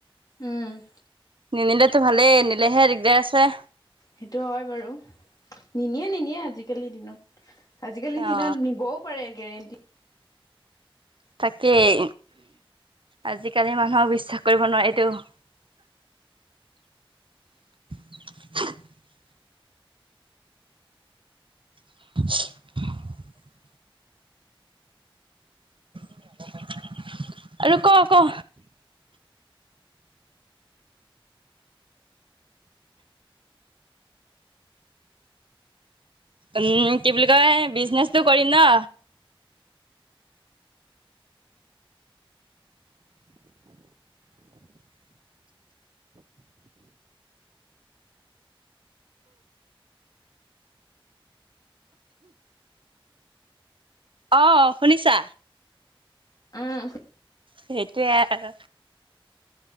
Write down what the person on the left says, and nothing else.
উম,
সেইটো হয় বাৰু নিনিয়ে-নিনিয়ে আজিকালিৰ দিনত। আজিকালিৰ দিনত
নিবও পাৰে গেৰেণ্টি
উম